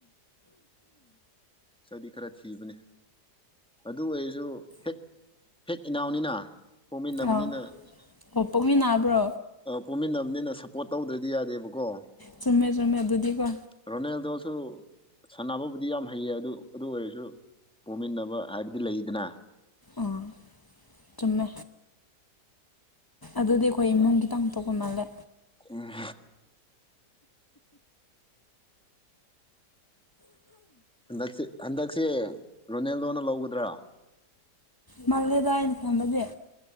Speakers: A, in the centre; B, on the left.
A: ꯁꯗꯤ ꯈꯔ ꯊꯤꯕꯅꯦ ꯑꯗꯨ ꯑꯣꯏꯔꯁꯨ ꯍꯦꯛ ꯍꯦꯛ ꯏꯅꯥꯎꯅꯤꯅ ꯄꯣꯛꯃꯤꯟꯅꯕꯅꯤꯅ
B: ꯑꯥ ꯑꯣ ꯄꯣꯛꯃꯤꯟꯅꯕ꯭ꯔꯣ
A: ꯄꯣꯛꯃꯤꯟꯅꯕꯅꯤꯅ ꯁꯞꯄꯣꯔꯠ ꯇꯧꯗ꯭ꯔꯗꯤ ꯌꯥꯔꯦ ꯗꯕꯀꯣ
B: ꯆꯨꯝꯃꯦ ꯆꯨꯝꯃꯦ ꯑꯗꯨꯗꯤꯀꯣ
A: ꯔꯣꯅꯤꯦꯜꯗꯣꯁꯨ ꯁꯥꯟꯅꯕꯕꯨꯗꯤ ꯌꯥꯝ ꯍꯩꯌꯦ ꯑꯗꯨ ꯑꯗꯨ ꯑꯣꯏꯔꯁꯨ ꯄꯣꯃꯤꯟꯅꯕ ꯍꯥꯏꯕꯗꯤ ꯂꯩꯗꯅ
B: ꯑꯥ ꯆꯨꯝꯃꯦ ꯑꯗꯨꯗꯤ ꯑꯩꯈꯣꯏ ꯏꯃꯨꯡꯒꯤꯈꯤꯇꯪ ꯊꯣꯛꯣꯛꯄ ꯃꯥꯜꯂꯦ
A: ꯎꯝ ꯍꯟꯗꯛꯁꯦ ꯍꯟꯗꯛꯁꯦ ꯔꯣꯅꯦꯜꯗꯣꯅ ꯂꯧꯒꯗ꯭ꯔꯥ
B: ꯃꯥꯜꯂꯦꯗ ꯑꯩꯅ ꯈꯝꯕꯁꯦ